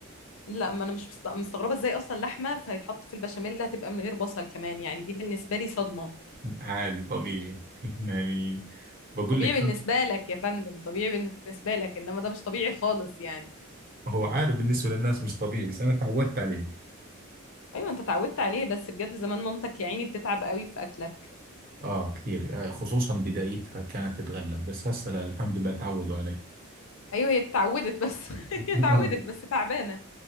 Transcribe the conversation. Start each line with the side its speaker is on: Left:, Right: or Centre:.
Left: لا ما انا مش مست- مستغربة ازاي اصلا لحمة فهيتحط في البشاميل هتبقى من غير بصل كمان يعني دي بالنسبة لي صدمة
Right: <laughs> عادي طبيعي <laughs> يعني بقول
Left: طبيعي
Right: لك
Left: بالنسبة لك يا فندم طبيعي بالنسبة لك انما ده مش طبيعي خالص يعني
Right: هو عارف بالنسبة للناس مش طبيعي بس أنا تعودت عليه
Left: ايوه انت اتعودت عليه بس بجد زمان مامتك يا عيني بتتعب قوي في اكلك
Right: آه كثير آه، خصوصا بدايتها كانت تتغلب بس هسه لا الحمد لله تعودوا علي
Left: ايوه هي اتعودت بس <laughs>
Right: <laughs>
Left: هي اتعودت
Right: آه،
Left: بس تعبانة